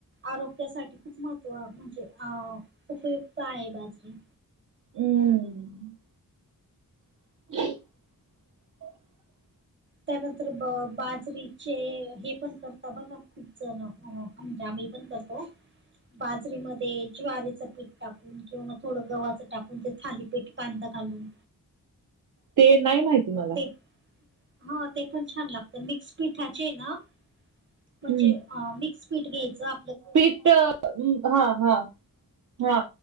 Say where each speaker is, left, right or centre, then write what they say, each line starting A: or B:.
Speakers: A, on the right; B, on the right.
A: आरोग्यासाठी खूप महत्व म्हणजे अ उपयुक्त आहे बाजरी.
B: हम्म <unintelligible>
A: त्यानंतर ब बाजरीचे हे पण करता बघा, खूप जण म्हणजे आम्ही पण करतो. बाजरीमध्ये ज्वारीचं पीठ टाकून किंवा मग थोडं गव्हाचं टाकून ते थाली पिठ कांदा घालून
B: ते नाही माहिती मला.
A: ते हा ते पण छान लागतं मिक्स पिठाचे ना म्हणजे
B: हम्म
A: अ मिक्स पीठ घ्यायचं आ
B: पीठ अ हा हा हा